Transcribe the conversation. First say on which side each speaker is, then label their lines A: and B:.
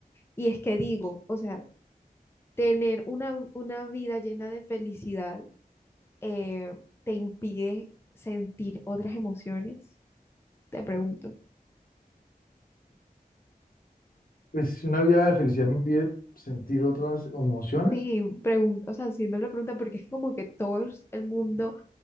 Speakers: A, on the left; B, on the left.
A: Y es que digo, o sea, tener una, una vida llena de felicidad eh, te impide sentir otras emociones, te pregunto.
B: Pues si una vida de felicidad me impide sentir otras emociones,
A: Sí, pregunto, o sea, haciendo la pregunta, porque es como que todo el mundo